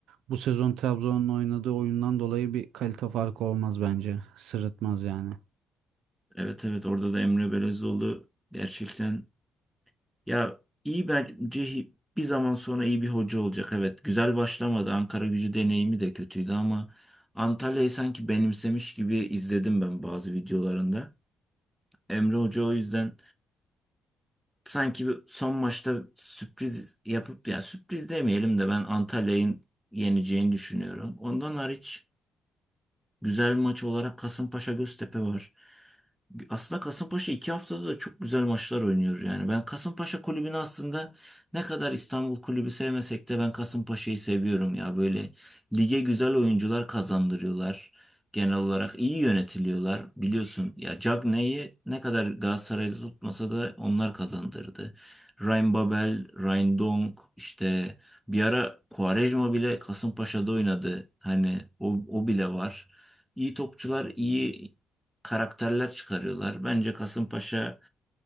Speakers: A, on the right; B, in the centre.
A: bu sezon Trabzon'un oynadığı oyundan dolayı bir kalite farkı olmaz bence. Sırıtmaz yani.
B: Evet evet orada da Emre Belezoğlu gerçekten Ya iyi bence hi- bir zaman sonra iyi bir hoca olacak. Evet güzel başlamadı. Ankara gücü deneyimi de kötüydü ama Antalya'yı sanki benimsemiş gibi izledim ben bazı videolarında. Emre Hoca o yüzden sanki bir son maçta sürpriz yapıp ya sürpriz demeyelim de ben Antalya'nın yeneceğini düşünüyorum. Ondan hariç güzel maç olarak Kasımpaşa Göztepe var. Aslında Kasımpaşa iki haftada da çok güzel maçlar oynuyor yani. Ben Kasımpaşa kulübünü aslında ne kadar İstanbul kulübü sevmesek de ben Kasımpaşa'yı seviyorum ya. Böyle lige güzel oyuncular kazandırıyorlar. Genel olarak iyi yönetiliyorlar. Biliyorsun ya Cagney'i ne kadar Galatasaray'da tutmasa da onlar kazandırdı. Ryan Babel, Ryan Dong işte bir ara Quaresma bile Kasımpaşa'da oynadı. Hani o, o bile var. İyi topçular, iyi karakterler çıkarıyorlar. Bence Kasımpaşa